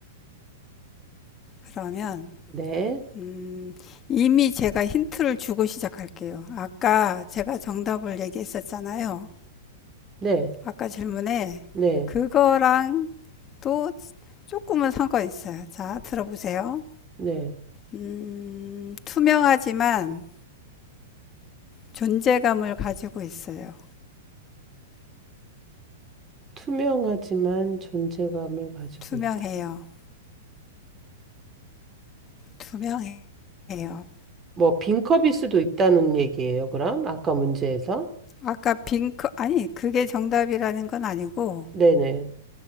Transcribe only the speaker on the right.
네,
네.
네,
네.
투명하지만 존재감을 가지고
있다.
뭐, 빈컵일 수도 있다는 얘기예요, 그럼? 아까 문제에서?
네네.